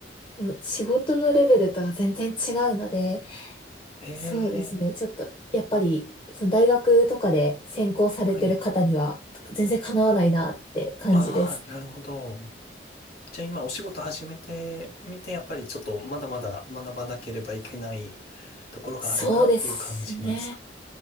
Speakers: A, on the left; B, on the left.
A: うん仕事のレベルとは全然違うので、
B: ええ、
A: そうですね。ちょっと、やっぱり、その大学とかで専攻されてる方には、
B: はい。
A: 全然かなわないなって感じです。
B: ああ、なるほど。じゃあ今お仕事始めてみて、やっぱりちょっとまだまだ学ばなければいけないところがあるなっていう感じなんですか
A: そうですね。